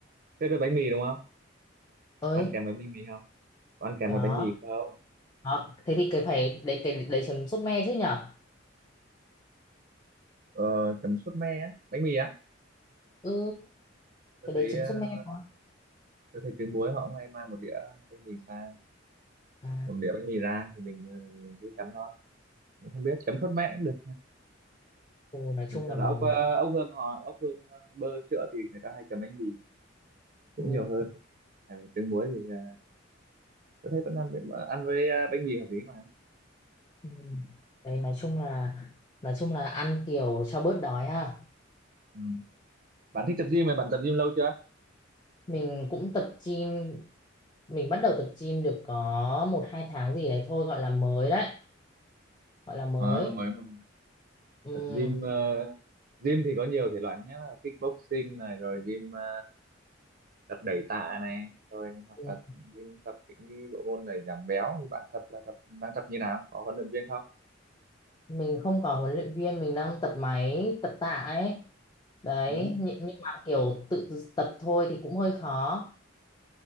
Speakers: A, on the right (about 50°); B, on the left (about 20°).
A: quyết với bánh mì đúng không
B: ơi
A: có ăn kèm với bánh mì không có ăn kèm
B: có
A: với bánh mì không
B: Đó, thế thì cái phải đấy cái đấy chấm sốt me chứ nhở
A: ờ, chấm sốt me á bánh mì á
B: ừ
A: tôi
B: cái
A: thấy
B: đấy chấm
A: ờ,
B: sốt me quá.
A: tôi thấy trứng muối họ cũng hay mang một đĩa bánh mì sang
B: à,
A: một đĩa bánh mì ra thì mình ờ, cứ chấm thôi cũng không biết chấm sốt me cũng được
B: ừ, nói chung
A: Bình thường
B: là mình
A: là ốc ờ, ốc hương họ ốc hương ờ, bơ sữa thì người ta hay chấm bánh mì cũng
B: ừ,
A: nhiều hơn Ờ, trứng muối thì ờ, tôi thấy vẫn ăn với- ờ, ăn với ờ, bánh mì hợp lý mà
B: ừ. đấy nói chung là nói chung là ăn kiểu cho bớt đói ha
A: ừ. bạn thích tập gym mà bạn tập gym lâu chưa
B: mình cũng tập gym mình bắt đầu tập gym được có một hai tháng gì đấy thôi gọi là mới đấy gọi là mới
A: Ờ, mới một
B: ừ.
A: tập gym ờ, gym thì có nhiều thể loại nhé là kickboxing này rồi gym ờ, tập đẩy tạ này rồi hoặc
B: ừ,
A: là gym tập những cái bộ môn để giảm béo thì bạn tập là tập đang tập như nào có huấn luyện viên không
B: mình không có huấn luyện viên mình đang tập máy tập tạ ấy đấy
A: à,
B: nhưng nhưng mà kiểu tự tập thôi thì cũng hơi khó